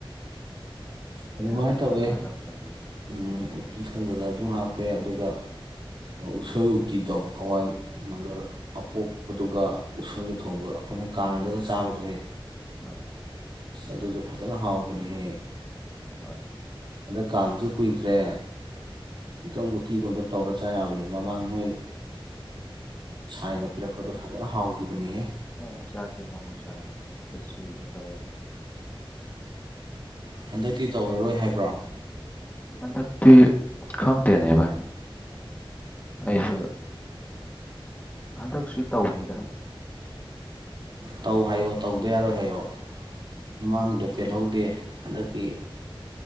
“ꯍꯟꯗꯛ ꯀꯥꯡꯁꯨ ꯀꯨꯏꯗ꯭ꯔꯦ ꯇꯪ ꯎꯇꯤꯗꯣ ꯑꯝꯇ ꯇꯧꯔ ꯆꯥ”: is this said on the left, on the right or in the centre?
Right